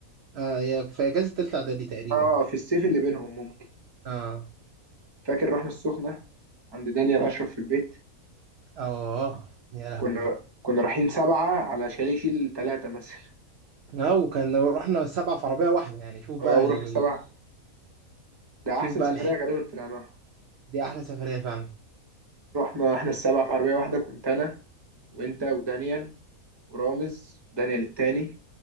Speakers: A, on the right; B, on the right.
A: اه يا في اجازه تالتة اعدادي تقريبا
B: اه في الصيف اللي بينهم ممكن
A: اه
B: فاكر رحنا السخنة عند دانيال اشرف في البيت
A: اه يا لهوي
B: كنا كنا رايحين سبعة على شاليه يشيل ثلاثة مثلا
A: اه وكان رحنا سبعة في عربية واحدة يعني شوف
B: اه
A: بقى
B: ورحنا
A: ال...
B: سبعة ده
A: شوف
B: احسن
A: بقى
B: سفرية غالبا طلعناها
A: دي احلى سفريه فعلا
B: رحنا احنا السبعة في عربية واحدة كنت انا وانت ودانيال ورامز دانيال التاني